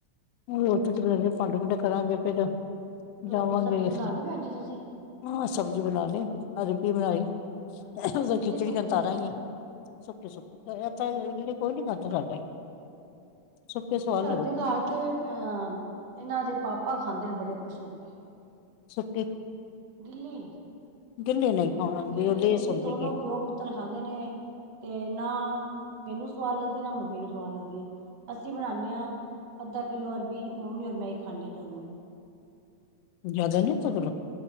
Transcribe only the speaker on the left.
ਰੋਟੀ ਤੇ ਲੈ ਭੰਡ ਭੁੰਡੇ ਕਰਾਂਗੇ ਫੇਰ।
ਜਾਵਾਂਗੇ
ਹਾਂ
ਸਬਜ਼ੀ ਬਣਾ ਲਈ ਅਰਬੀ ਬਣਾਈ।
ਉਹ
ਖਿਚਣੀਆਂ
ਤਾਰਾਂ ਹੀ ਆ ਸੁੱਕੇ- ਸੁੱਕੇ ਇ
ਇਲਤ ਕੋਈ ਨੀ ਖੜਦਾ ਸਾਡੇ। ਸੁੱਕੇ ਸਵਾਦ
ਲੱਗਦੀ
ਸੁਤੀ
ਦਿੱਲੀ ਨਹੀਂ ਖਾਣਾ
ਵੀ ਉਹ ਲੇਸ
ਹੁੰਦੀ
ਏ
ਜਿਆਦਾ ਨੀ ਤੇ ਗਲੋ।